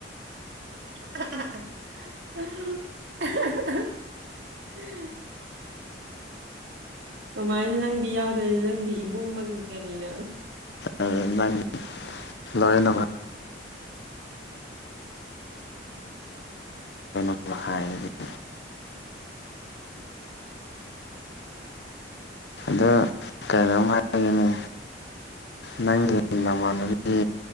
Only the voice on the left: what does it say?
ꯑꯗꯨ ꯅꯪ ꯂꯣꯏꯅ <inaudible> <inaudible> ꯍꯥꯏ <unintelligible> ꯑꯗꯣ ꯀꯩꯅꯣꯝ ꯍꯥꯏꯒꯦꯅꯦ ꯅꯪꯒꯤ ꯅꯃꯥꯟꯅꯕꯤ